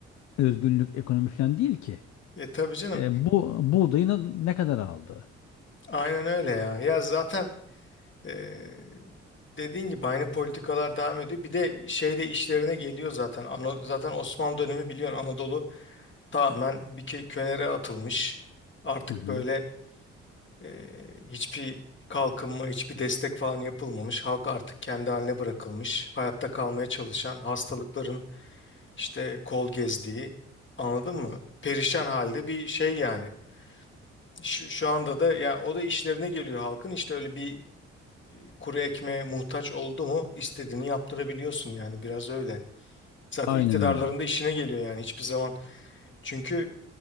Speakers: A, on the left; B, on the left.
A: özgürlük ekonomi falan değil ki.
B: E tabii canım.
A: E, bu buğdayını ne kadar aldı?
B: Aynen öyle ya. Ya zaten Ee, dediğin gibi aynı politikalar devam ediyor. Bir de şey de işlerine geliyor zaten. Ano- zaten Osmanlı dönemi biliyorsun Anadolu tamamen bir kö- könere atılmış. Artık
A: Hı hı.
B: böyle e, hiçbir kalkınma, hiçbir destek falan yapılmamış. Halk artık kendi haline bırakılmış. Hayatta kalmaya çalışan, hastalıkların işte kol gezdiği, anladın mı? Perişan halde bir şey yani. Şu, şu anda da ya o da işlerine geliyor halkın. İşte öyle bir e, kuru ekmeğe muhtaç oldu mu istediğini yaptırabiliyorsun yani biraz öyle. Zaten
A: Aynen
B: iktidarlarında
A: öyle abi.
B: işine geliyor yani hiçbir zaman. Çünkü